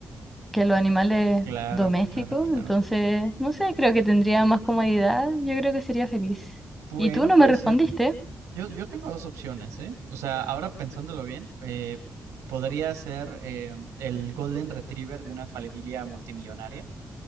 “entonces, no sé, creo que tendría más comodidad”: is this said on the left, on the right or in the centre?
Centre